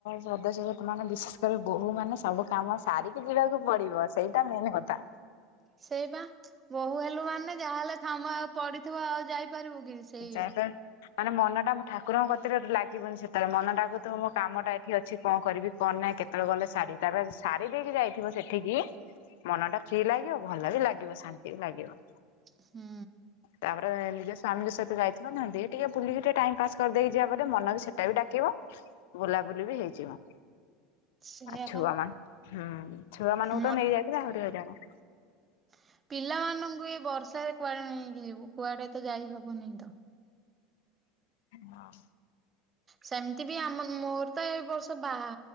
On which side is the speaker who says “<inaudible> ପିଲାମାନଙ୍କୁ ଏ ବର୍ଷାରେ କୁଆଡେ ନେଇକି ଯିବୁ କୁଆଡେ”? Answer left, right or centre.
Right